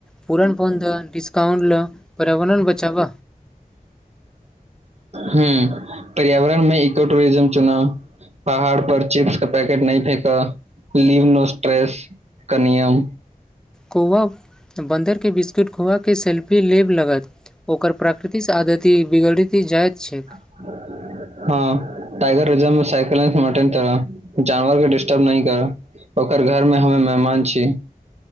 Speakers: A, in the centre; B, on the right.
A: पूरण पौन्द डिस्काउंट पर्यावरण बचाव
B: हुँ पर्यावरणमे इको टूरिज्म चुना पहाड़ पर चिप्स के पैकेट नहि फेकऽ लीव नो स्ट्रेस क नियम
A: कौआ बन्दरके बिस्कुट खुआके सेल्फी लेब लगत ओकर प्राकृतिस आदति बिगड़ि जाइत छैक
B: <inaudible> हँ टाइगर रिजर्व मे साइकिल <unintelligible> जानवर के डस्टर्ब नहि कर ओकर घर मे हमे मेहमान छी